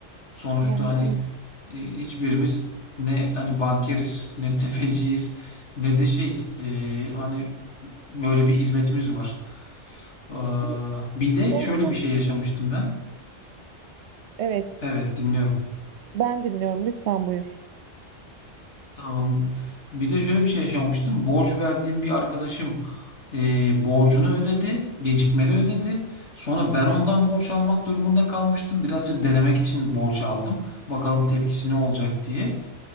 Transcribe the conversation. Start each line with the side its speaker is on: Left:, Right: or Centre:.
Left: Sonuçta
Right: yani
Left: hani
Right: evet.
Left: e, hiçbirimiz ne hani bankeriz, ne <laughs> tefeciyiz, ne de şey e, hani böyle bir hizmetimiz var. Ee,
Right: Şu
Left: bir de
Right: son
Left: şöyle
Right: zaman-
Left: bir şey yaşamıştım ben.
Right: Evet.
Left: Evet dinliyorum.
Right: Ben dinliyorum lütfen buyur.
Left: Tamam. Bir de şöyle bir şey yaşamıştım. Borç verdiğim bir arkadaşım eee, borcunu ödedi, gecikmeli ödedi. Sonra ben ondan borç almak durumunda kalmıştım. Birazcık denemek için borç aldım. Bakalım tepkisi ne olacak diye.